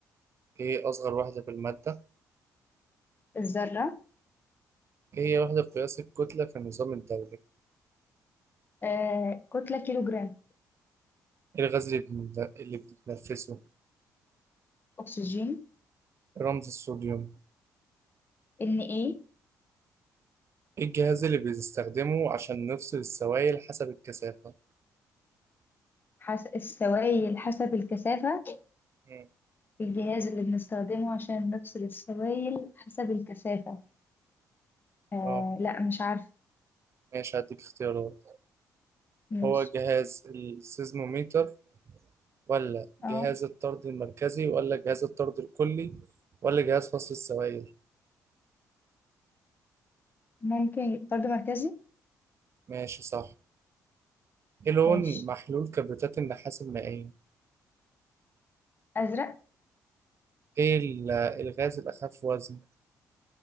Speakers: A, on the right (about 40°); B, on the left (about 30°).
A: ايه أصغر وحدة في المادة؟
B: الذرة
A: ايه هي وحدة قياس الكتلة في النظام الدولي؟
B: آه كتلة كيلوغرام
A: ايه الغاز اللي بن- اللي بنتنفسه؟
B: أكسجين
A: ايه رمز الصوديوم؟
B: ان ايه
A: ايه الجهاز اللي بنستخدمه عشان نفصل السوائل حسب الكثافة؟
B: حس... السوائل حسب الكثافة
A: مم.
B: الجهاز اللي بنستخدمه عشان نفصل السوائل حسب الكثافة آه
A: اه
B: لا مش عارفة
A: ماشي هديك اختيارات
B: ماشي
A: هو جهاز السيزموميتر ولا
B: اه
A: جهاز الطرد المركزي ولا جهاز الطرد الكلي ولا جهاز فصل السوائل
B: ممكن طرد مركزي
A: ماشي صح ايه لون
B: ماشي
A: محلول كبريتات النحاس المائية
B: أزرق
A: ايه ال- الغاز الأخف وزن